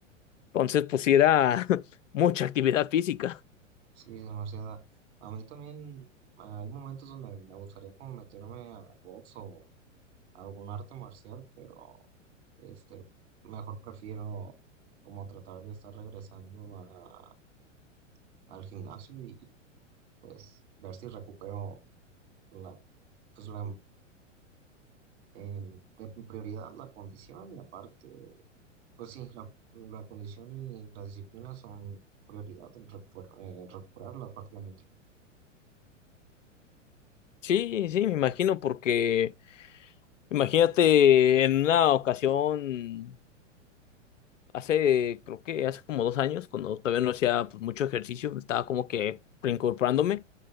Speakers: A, on the left (about 75°); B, on the right (about 55°).
A: Entonces, pues sí era <laughs> mucha actividad física.
B: Sí, demasiada. A mí también ah, hay momentos donde me gustaría como meterme a box o algún arte marcial, pero este, mejor prefiero como tratar de estar regresando a- al gimnasio y pues ver si recupero la, pues la em, en prioridad la condición y aparte, pues sí, la, la condición y la disciplina son prioridad en recu- eh, recuperarlas prácticamente.
A: Sí, sí, me imagino, porque imagínate en una ocasión, hace, creo que hace como dos años, cuando todavía no hacía pues, mucho ejercicio, estaba como que reincorporándome.